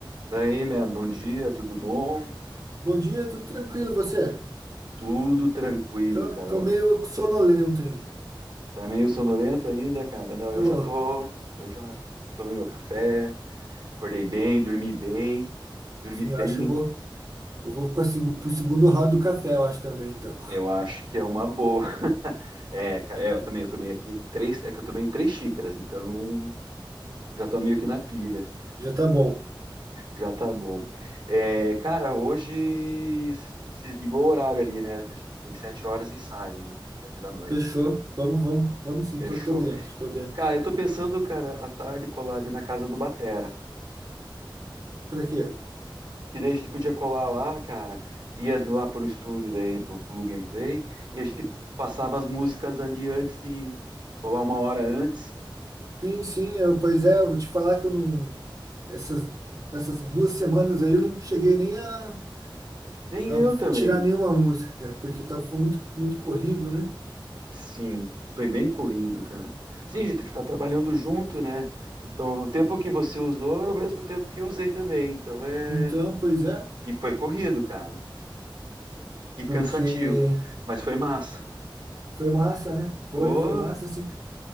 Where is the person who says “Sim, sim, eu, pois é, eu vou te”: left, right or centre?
Right